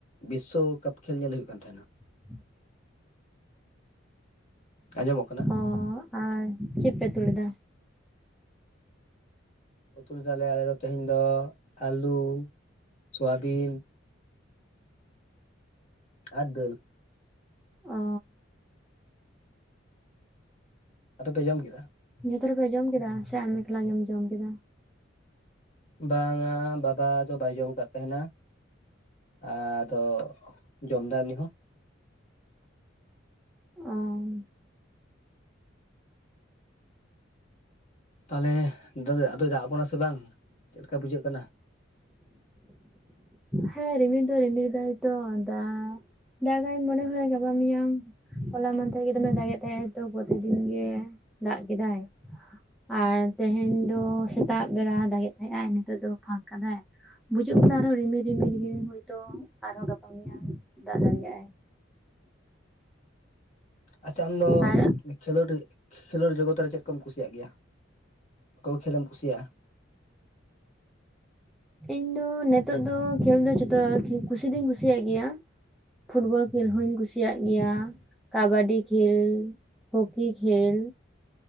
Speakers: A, on the left; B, in the centre.
A: ᱵᱤᱥᱥᱚᱠᱟᱯ ᱠᱷᱮᱞ ᱧᱮᱞ ᱦᱩᱭᱩᱜ ᱠᱟᱱ ᱛᱟᱦᱮᱱᱟ।
B: <inaudible>
A: ᱟᱸᱡᱚᱢᱚᱜ ᱠᱟᱱᱟ?
B: ᱚ ᱟᱨ ᱪᱮᱫ ᱯᱮ ᱩᱛᱩ ᱞᱮᱫᱟ?
A: ᱩᱛᱩ ᱞᱮᱫᱟᱞᱮ ᱟᱞᱮᱫᱚ ᱛᱮᱦᱮᱧ ᱫᱚ ᱟᱹᱞᱩ ᱥᱚᱣᱟᱵᱤᱱ। ᱟᱨ ᱫᱟᱹᱞ।
B: ᱚ
A: ᱟᱯᱮ ᱯᱮ ᱡᱚᱢ ᱠᱮᱫᱟ?
B: ᱡᱚᱛᱚ ᱦᱚᱲ ᱯᱮ ᱡᱚᱢ ᱠᱮᱫᱟ ᱥᱮ ᱟᱢ ᱢᱮᱠᱞᱟ ᱜᱮᱢ ᱡᱚᱢ ᱠᱮᱫᱟ?
A: ᱵᱟᱝᱼᱟ ᱵᱟᱵᱟ ᱫᱚ ᱵᱟᱭ ᱡᱚᱢ ᱟᱠᱟᱫ ᱛᱟᱦᱮᱱᱟ᱾ ᱟᱫᱚ ᱡᱚᱢᱫᱟᱭ ᱩᱱᱤ ᱦᱚᱸ?
B: ᱚ
A: ᱛᱟᱦᱚᱞᱮ ᱫᱟᱫᱟ <unintelligible> ᱟᱫᱚᱭ ᱫᱟᱜ ᱟᱵᱚᱱᱟ ᱥᱮ ᱵᱟᱝ ᱪᱮᱫ ᱞᱮᱠᱟ ᱵᱩᱡᱷᱟᱹᱜ ᱠᱟᱱᱟ?
B: ᱦᱮᱸ ᱨᱤᱢᱤᱞ ᱫᱚ ᱨᱤᱢᱤᱨ ᱫᱟᱭ ᱛᱚ ᱫᱟᱜ <inaudible> ᱫᱟᱜᱟᱭ ᱢᱚᱱᱮ ᱦᱚ ᱜᱟᱵᱟ <unintelligible> ᱢᱮᱭᱟᱝ ᱦᱚᱞᱟ ᱢᱟᱦᱟᱫᱮᱨ ᱜᱮ ᱫᱚᱢᱮ ᱫᱟᱜ ᱮ ᱛᱟᱦᱮᱸᱜᱼᱟ। ᱛᱚ ᱯᱨᱚᱛᱤᱫᱤᱱ ᱜᱮ ᱫᱟᱜ ᱠᱮᱫᱟᱭ? ᱟᱨ ᱛᱮᱦᱮᱧ ᱫᱚ ᱥᱮᱛᱟᱜ ᱵᱮᱲᱟ ᱫᱟᱜᱮᱫ ᱛᱟᱦᱮᱸᱫ ᱟᱭ ᱱᱤᱛᱚᱜ ᱫᱚ ᱯᱷᱟᱸᱠ ᱠᱟᱫᱟᱭ। ᱵᱩᱡᱩᱜ ᱠᱟᱱᱟ ᱟᱨᱦᱚᱸ ᱨᱤᱢᱤᱞ ᱨᱤᱢᱤᱞ ᱜᱮ ᱦᱳᱭᱛᱳ ᱟᱨᱦᱚᱸ ᱜᱟᱯᱟ ᱢᱮᱭᱟᱝ ᱫᱟᱜ ᱫᱟᱲᱮᱭᱟᱜ ᱟᱭ
A: ᱟᱪᱪᱷᱟ ᱟᱢ ᱫᱚ
B: ᱟᱨ
A: ᱠᱷᱮᱞᱳᱰᱤᱜ <unintelligible> ᱠᱷᱮᱞᱳᱰ ᱡᱚᱜᱚᱛ ᱨᱮ ᱪᱮᱫ ᱠᱚᱢ ᱠᱩᱥᱤᱭᱟᱜ ᱜᱮᱭᱟ ᱚᱠᱟᱠᱚ ᱠᱷᱮᱞ ᱮᱢ ᱠᱩᱥᱤᱭᱟᱜᱼᱟ?
B: ᱤᱧ ᱫᱚ ᱱᱤᱛᱚᱜ ᱫᱚ ᱠᱷᱮᱞ ᱫᱚ ᱡᱚᱛᱚ ᱠᱷᱮᱞ ᱠᱩᱥᱤ ᱫᱚᱧ ᱠᱩᱥᱤᱭᱟᱜ ᱜᱮᱭᱟ। ᱯᱷᱩᱴᱵᱚᱞ ᱠᱷᱮᱞ ᱦᱚᱧ ᱠᱩᱥᱤᱭᱟᱜ ᱜᱮᱭᱟ᱾ ᱠᱟᱵᱟᱰᱤ ᱠᱷᱮᱞ ᱦᱚᱠᱤ ᱠᱷᱮᱞ᱾